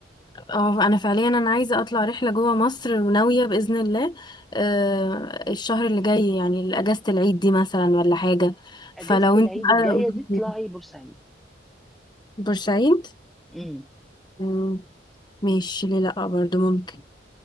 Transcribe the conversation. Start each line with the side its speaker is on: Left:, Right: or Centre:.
Left: اه انا فعليا انا عايزه اطلع رحله جوه مصر وناويه باذن الله آه، الشهر اللي جاي يعني اجازه العيد دي مثلا ولا حاجه
Centre: اجازة
Left: فلو
Centre: العيد
Left: انت بقى
Centre: الجاية
Left: قولي
Centre: دي
Left: لي
Centre: طلعي بورسعيد
Left: بورسعيد
Centre: امم
Left: مم، ماشي ليه لا برضو ممكن